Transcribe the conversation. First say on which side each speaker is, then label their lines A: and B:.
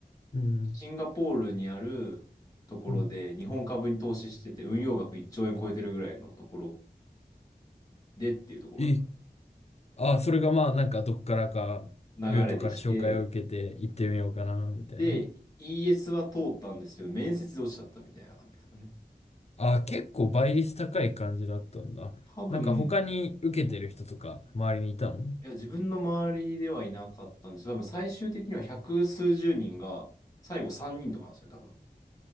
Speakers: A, on the left (about 40°); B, on the left (about 20°).
A: うん、うん、
B: シンガポールにあるところで日本株に投資してて、
A: うん。
B: 運用額1兆円超えてるぐらいのところでっていうところだった。
A: え、あ、それがまあ、なんかどっからか、
B: 流れてきて、
A: ルートから紹介を受けて行ってみようかな、みたいな。
B: で、ES は通ったんですけど、面接で落ちちゃったみたいな感じですかね。
A: あ、結構倍率高い感じだったんだ。
B: 多分、
A: なんか他に受けてる人とか、周りにいたの
B: いや、自分の周りではいなかったんですけど、多分最終的には百数十人が、最後3人とかなんですよね、多分。